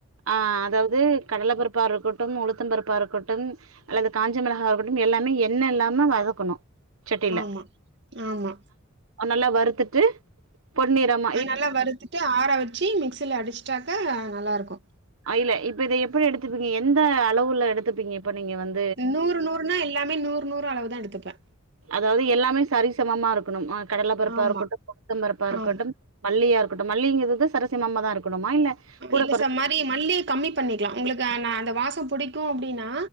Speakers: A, on the right (about 80°); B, on the right (about 55°).
A: ஆ அதாவுது கடல பருப்பா இருக்கட்டும் உளுத்தம் பருப்பா இருக்கட்டும் அல்லது காஞ்ச மிளகா இருக்கட்டும் எல்லாமே எண்ண இல்லாம வதக்கணு சட்டியில
B: ஆமா ஆமா
A: நல்லா வறுத்துட்டு பொந்நிரம்
B: நல்லா வறுத்துட்டு ஆற வச்சு மிக்சியில அடிச்சுட்டாக்க நல்லாருக்கு
A: அ இல்ல இப்ப இத எப்படி எடுத்துப்பீங்க எந்த அளவுல எடுத்துப்பீங்க இப்ப நீங்க வந்
B: நூறு நூறுன்னா எல்லாமே நூறு நூறு அளவுதா எடுத்துப்ப
A: அதாவது எல்லாமே சரிசமமா இருக்கணும் ஆ கடல பருப்பா
B: ஆமா,
A: இருக்கட்டு உழுந்த்தம் பருப்பா இருக்கட்டும்
B: ஆமா.
A: மல்லியா இருக்கட்டு மல்லிங்கறது சரசமம்மாதா இருக்கணுமா இல்ல கூட
B: இல்ல
A: கொறச்சு
B: சார் மரி மல்லி கம்மி பண்ணிக்கலா உங்களுக்கு நா அந்த வாசம் புிடிக்கு அப்டின்னா